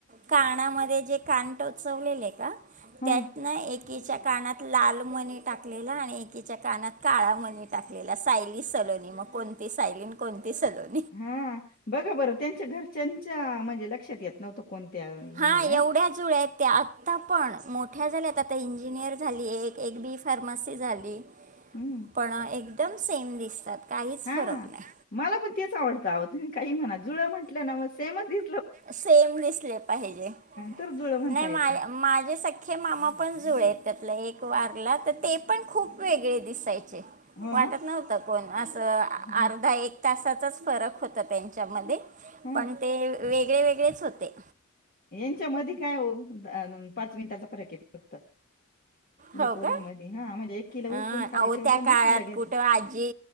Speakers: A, on the right (about 35°); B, on the left (about 45°).
A: कानामध्ये जे कान टोचवलेले का
B: हा
A: त्यात एक एकीच्या कानात लाल मणी टाकलेला आणि एकीच्या कानात काळा मणी टाकलेला सायली सलोनी मग कोणती सायलीन कोणती सलून
B: हा बघा बरं त्यांच्या घरच्याच्या म्हणजे लक्षात येत नव्हतं कोणत्या हे
A: हा एवढ्याच
B: आहे ना
A: जुळ्या आहेत त्या, आत्ता पण मोठ्या झाल्यात आता इंजिनियर झाली एक, एक बी फार्मसी झाली.
B: हम्म
A: पण एकदम सेम दिसतात काहीच
B: हा
A: फरक नाही
B: मला पण तेच आवडतंवं तुम्ही काही म्हणा जुळ म्हटलं ना मग सेमच दि
A: सेम दिसले पाहिजे
B: तर जुळं म्हणता
A: नाही
B: येतं
A: मा माझे सक हे मामा पण जुळ त्यातला एक वारला तर ते पण खूप वेगळे दिसायचे
B: हो
A: वाटत
B: ना
A: नव्हतं कोण असं
B: हम्म.
A: अर्धा एक तासाचाच फरक होत त्यांच्यामध्ये
B: हा
A: पण ते वेगळे वेगळेच होते
B: यांच्या मध काय हो पाच मिनटाचा फरक आहे फक्त
A: हो
B: या पोरींमध्ये
A: का
B: हा म्हणजे एक किलो
A: अ
B: उचलून खाली
A: अह
B: ठेवलं
A: त्या
B: आणि
A: काळात
B: दुसरीला घेतलं
A: कुठं आजी